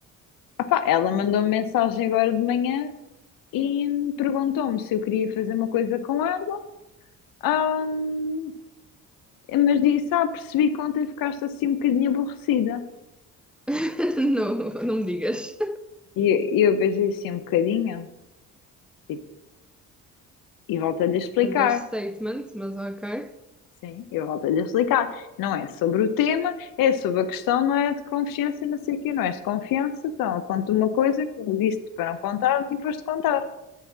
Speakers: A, on the left; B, in the centre.
A: Ah pá, ela mandou-me mensagem agora de manhã e perguntou-me se eu queria fazer uma coisa com ela. Ahm, mas disse, ah, percebi que ontem ficaste assim um bocadinho aborrecida.
B: <laughs> Não, não me digas.
A: E eu, eu pensei assim um bocadinho, e, e volto-lhe a explicar.
B: Understatement, mas ok.
A: Sim, eu volto-lhe a explicar. Não é sobre o tema, é sobre a questão, não é de confiança, e não sei o quê, não és de confiança, então eu conto uma coisa que me disse-te para não contar e foste contar.